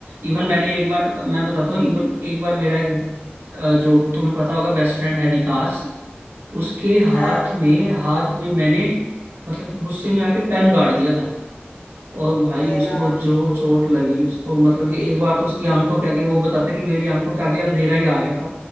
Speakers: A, on the right; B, on the left.
A: इवन मैंने एक बार मैं बताता हूँ इवन एक बार मेरा एक अ, जो तुम्हें पता होगा बेस्ट फ्रेंड है विकास उसके हाथ
B: हाँ
A: में हाथ में मैंने मतलब कि गुस्से में आके पेन गाड़ दिया था और भाई
B: हाय
A: उसको
B: राम
A: जो चोट लगी उसको मतलब कि एक बार तो उसकी आंखों के आगे वो बताता है कि मेरी आंखों के आगे अंधेरा ही आ गया था